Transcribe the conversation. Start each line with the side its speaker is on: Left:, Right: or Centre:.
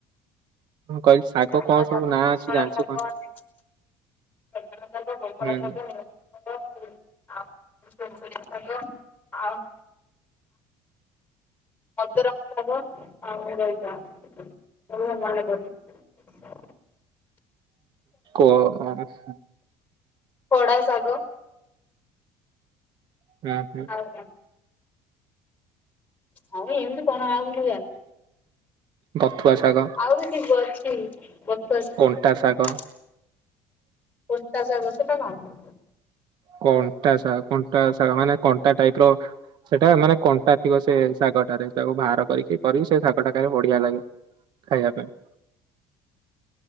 Right: କହିଲି ଶାଗ
Left: ସୁଜୁନା
Right: କଣ
Left: ଶାଗ
Right: ସବୁ ନାଁ
Left: କୋଶଳା
Right: ଅଛି ଜାଣିଛୁ
Left: ଶାଗ
Right: କହନି?
Left: ଅଛି। <inaudible> ସୁଜୁନା ଶାଗ କୋଶଳା
Right: ହୁଁ ହୁଁ
Left: ଶାଗ ଆ ଆ ସୁନସୁନିଆ ଶାଗ ଆଉ ମଦୁରମ ଶାଗ ଆଉ ଲଳିତା ଏତିକି ମନେ ଅଛି। <inaudible>
Right: ଉଁ ହୁଁ କ କ
Left: <inaudible> ଖଡା ସାାଗ
Right: ହୁଁ ହୁଁ।
Left: ଆଉ ଆଉ ଏମତି କଣ ଆଉ ମୁ ଜାଣିନି
Right: ବଥୁଆ
Left: <inaudible>
Right: ଶାଗ,
Left: ଆହୁରି ଥିବ ଅଛି ବଥୁଆ ଶା
Right: କଣ୍ଟା ଶାଗ,
Left: ପଚା ଶାଗ ସେଟା କଣ?
Right: କଣ୍ଟା ଶା କଣ୍ଟା ଶାଗ ମାନେ କଣ୍ଟା ଟାଇପର ସେଟା ମାନେ କଣ୍ଟା ଥିବ। ସେ ଶାଗଟାରେ ତାକୁ ବାହାର କରିକି କରିବ। ସେ ଶାଗ ଟା ଖାଇଲେ ବଢିଆ ଲାଗେ ଖାଇବା ପାଇଁ। <inaudible>